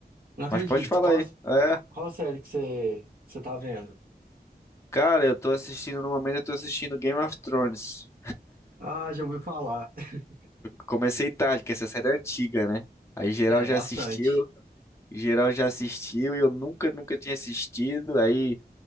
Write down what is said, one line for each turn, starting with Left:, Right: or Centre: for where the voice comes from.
Right: Não acredito.
Left: Mas pode falar
Right: Qual,
Left: aí. É,
Right: qual série que você, você tá vendo?
Left: cara, eu tô assistindo, no momento eu tô assistindo Game of Thrones.
Right: Ah, já ouvi falar. <laughs>
Left: Comecei tarde, que essa série é antiga, né? Aí geral
Right: É,
Left: já
Right: bastante.
Left: assistiu, geral já assistiu e eu nunca, nunca tinha assistido. Aí